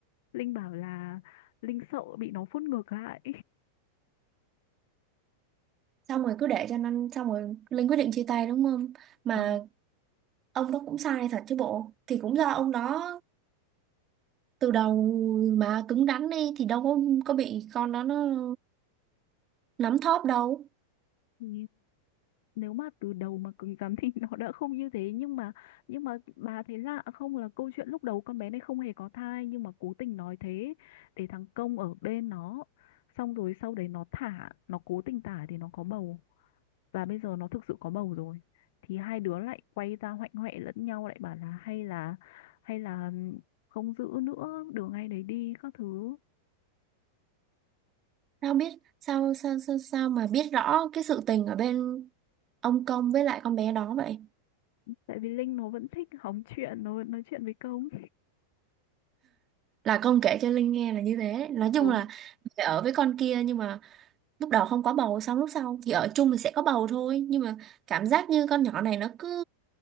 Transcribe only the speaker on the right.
xong rồi cứ để cho nó xong rồi Linh quyết định chia tay đúng không mà
ông đó cũng sai thật chứ bộ thì cũng do ông đó từ đầu mà cứng rắn đi thì đâu có có bị con đó nó nắm thóp đâu
sao biết sao sao sao sao mà biết rõ cái sự tình ở bên ông Công với lại con bé đó vậy
là Công kể cho Linh nghe là như thế nói chung
là phải ở với con kia nhưng mà lúc đầu không có bầu xong lúc sau thì ở chung thì sẽ có bầu thôi nhưng mà cảm giác như con nhỏ này nó cứ